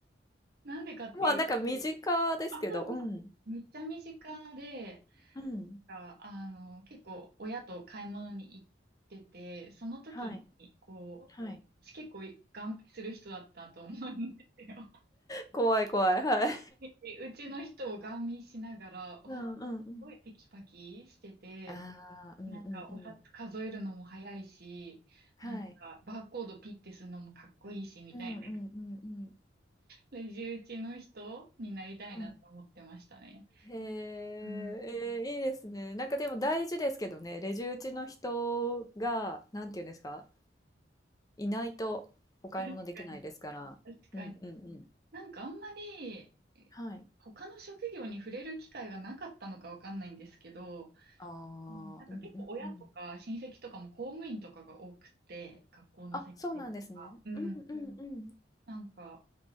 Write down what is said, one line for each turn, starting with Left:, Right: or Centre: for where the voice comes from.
Right: なんでかっていう、
Left: まあ、なんか身近ですけど、
Right: 朝
Left: うん。
Right: めっちゃ身近で、
Left: うん。
Right: ああの、結構親と買い物に行ってて、その時に、
Left: はい、
Right: こう、
Left: はい。
Right: 私結構ガン見する人だったと思うんですよ。
Left: 怖い怖い、はい。
Right: でうちの人をガン見しながら、わ、
Left: うんうんうん。
Right: すごいテキパキしてて、
Left: ああ、うんうんうん。
Right: なんかお札数えるのも早いし、
Left: はい。
Right: なんかバーコードピッてするのもかっこいいし、みたいな。
Left: うんうんうんうん。
Right: レジ打ちの人になりたいなって思ってましたね。
Left: うん。へえ、
Right: うん。
Left: えーいいですね。なんかでも大事ですけどね、レジ打ちの人が、なんていうんですか、いないとお買い物できないですから。
Right: 確かに。確かに
Left: うんうんうん。
Right: なんかあんまり、え他の職業に触れる機会がなかったのかわかんないんですけど、
Left: はい。ああ、うんうんうん。
Right: うん。なんか結構親とか親戚とかも公務員とかが多くて、学校の先生とか、
Left: あ、そうなんですね。
Right: うん、
Left: うんうんん。うん。
Right: なんか、